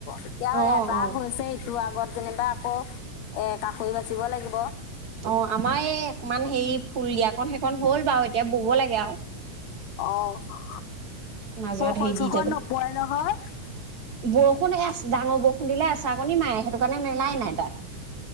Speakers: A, on the left; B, on the right.
A: এতিয়া হয়
B: অ'
A: এপাক
B: অ
A: হৈছেই তোৰ আগত যেনিবা আকৌ এ কাষৈ বাচিব লাগে
B: অ আমাৰ এইমান হেৰি ফুল দিয়াকন সেইকন হ'ল বাৰু এতিয়া বুব লাগে আৰু
A: অহ
B: মাজত
A: বৰষুণ
B: হেৰি দি
A: চৰখন
B: যাবলৈ।
A: নপৰে নহয়
B: বৰষুণ হে আছে ডাঙৰ বৰষুণ দিলে আচাকণী মাৰে সেইটো কাৰণে মেলাই নাই তাত